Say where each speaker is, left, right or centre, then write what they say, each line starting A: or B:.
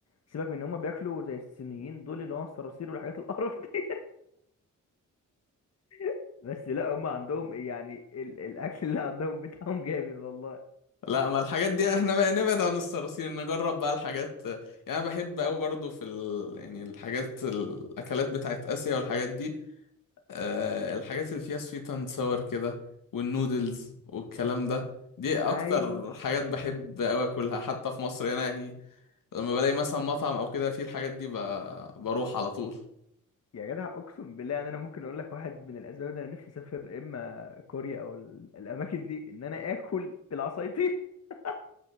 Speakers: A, on the left; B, on the left.
A: سيبك من ان هم بياكلوا زي الصينيين دول اللي هو الصراصير والحاجات القرف دي <laughs> بس لا هم عندهم يعني ال... الاكل اللي عندهم بتاعهم جامد والله
B: لا ما الحاجات دي احنا بقى نبعد عن الصراصير نجرب بقى الحاجات يعني انا بحب قوي برضو في ال... يعني الحاجات الاكلات بتاعت اسيا والحاجات دي آه، الحاجات اللي فيها سويت اند ساور كده والنودلز والكلام ده دي اكتر
A: ايوه
B: حاجات بحب اوي اكلها حتى في مصر هنا يعني لما بلاقي مثلا مطعم او كده فيه الحاجات دي ب... بروح على طول
A: يا جدع اقسم بالله ان انا ممكن اقول لك واحد من الاسباب ده انا نفسي اسافر اما كوريا او ال- الاماكن دي ان انا اكل بالعصايتين <laughs>